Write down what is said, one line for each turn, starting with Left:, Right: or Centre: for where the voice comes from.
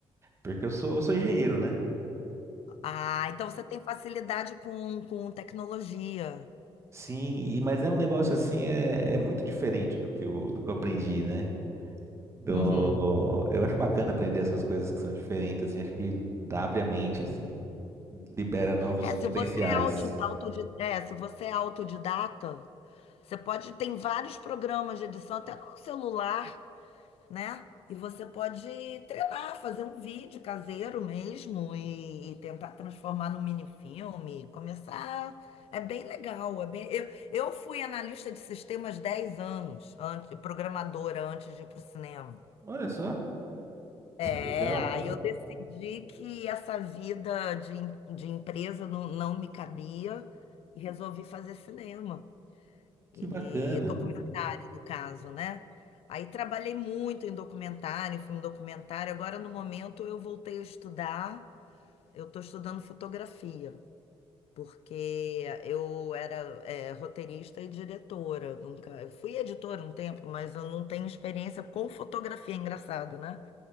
Right: Porque eu sou, eu sou engenheiro, né?
Left: Ah, então você tem facilidade com, com tecnologia.
Right: Sim, e- mas é um negócio assim, é, é muito diferente do que eu, do que eu aprendi, né? Do,
Left: Uhum.
Right: eu acho bacana aprender essas coisas que são diferentes, assim, acho que abre a mente, assim, libera novos
Left: É,
Right: potenciais.
Left: se você é autodi- autodi- é, se você é autodidata, Você pode, tem vários programas de edição até no celular, né? E você pode treinar, fazer um vídeo caseiro mesmo e, e tentar transformar num minifilme, começar. É bem legal, é bem... Eu, eu fui analista de sistemas 10 anos, antes, programadora antes de ir para o cinema.
Right: Olha só,
Left: É,
Right: que legal,
Left: aí eu decidi que essa vida de, em- de empresa não, não me cabia e resolvi fazer cinema.
Right: que
Left: E
Right: bacana.
Left: documentário, no caso, né? Aí trabalhei muito em documentário, filme documentário. Agora, no momento, eu voltei a estudar. Eu estou estudando fotografia, porque eu era, é, roteirista e diretora. Nunca, eu fui editora um tempo, mas eu não tenho experiência com fotografia. Engraçado, né?